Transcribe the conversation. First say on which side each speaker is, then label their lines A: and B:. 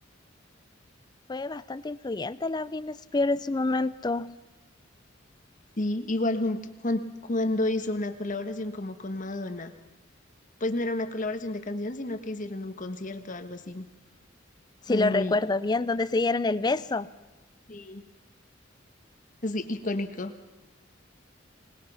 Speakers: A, on the left (about 20°); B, on the left (about 40°).
A: fue bastante influyente la Britney Spears en su momento,
B: Sí, igual jun- Juan, cuando hizo una colaboración como con Madonna. pues no era una colaboración de canción, sino que hicieron un concierto o algo así.
A: si
B: Fue
A: lo
B: muy,
A: recuerdo bien, donde se dieron el beso.
B: sí, es icónico.